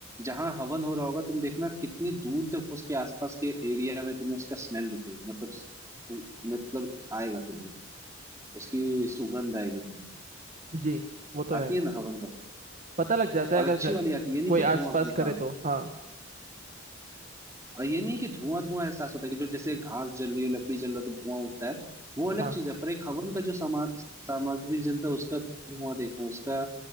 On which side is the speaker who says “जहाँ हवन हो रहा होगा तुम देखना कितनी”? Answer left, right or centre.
Right